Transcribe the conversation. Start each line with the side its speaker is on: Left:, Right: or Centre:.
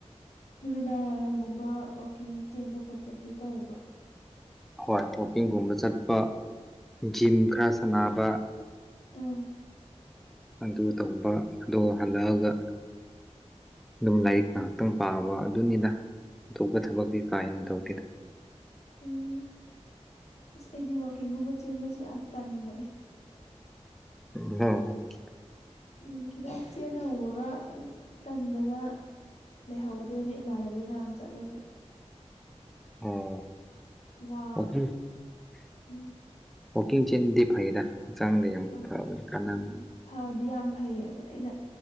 Left: ꯅꯨꯃꯤꯗꯥꯡ ꯋꯥꯏꯔꯝꯒꯨꯝꯕ ꯋꯥꯀꯤꯡ ꯆꯦꯟꯕ ꯈꯣꯠꯄꯗꯤ ꯇꯧꯕ꯭ꯔꫭ
Centre: ꯍꯣꯏ ꯋꯀꯤꯡꯒꯨꯝꯕ ꯆꯠꯄ ꯖꯤꯝ ꯈꯔ ꯁꯥꯟꯅꯕ
Left: ꯑꯥ
Centre: ꯑꯗꯨ ꯇꯧꯕ ꯑꯗꫭ ꯍꯜꯂꯛꯑꯒ ꯑꯗꯨꯝ ꯂꯥꯏꯔꯤꯛ ꯉꯥꯏꯍꯥꯛꯇꯪ ꯄꯥꯕ ꯑꯗꯨꯅꯤꯗ ꯑꯇꯣꯞꯄ ꯊꯕꯛꯇꯤ ꯀꯥ ꯍꯦꯟꯅ ꯇꯧꯗꯦꯗ
Left: ꯎꯝ ꯑꯁ ꯑꯩꯗꯤ ꯋꯥꯛꯀꯤꯡꯒꯨꯝꯕ ꯆꯦꯟꯕꯁꯦ ꯌꯥꯝ ꯇꯟꯕꯅꯦ
Centre: <unintelligible>
Left: ꯎꯝ ꯈꯤꯇꯪ ꯆꯦꯟꯍꯧꯕꯒ ꯑꯗꯨꯝ ꯇꯟꯗꯅ ꯂꯩꯍꯧꯗꯣꯏꯅꯦ ꯏꯃꯥꯟꯅꯕꯤ ꯃꯌꯥꯝ ꯆꯠꯂꯁꯨ
Centre: ꯑꯣ
Left: ꯋꯥ
Centre: ꯋꯥꯛꯀꯤꯡ
Left: ꯎꯝ
Centre: ꯋꯥꯛꯀꯤꯡ ꯆꯦꯟꯕꯗꯤ ꯐꯩꯗ ꯍꯛꯆꯥꯡꯗ ꯌꯥꯝ
Left: ꯑꯥ
Centre: ꯐꯕꯅꯤ ꯀꯥꯟꯅꯕꯅꯤ
Left: ꯎꯝ ꯐꯗꯤ ꯌꯥꯝ ꯐꯩꯌꯦ ꯑꯗꯣ ꯑꯩꯅ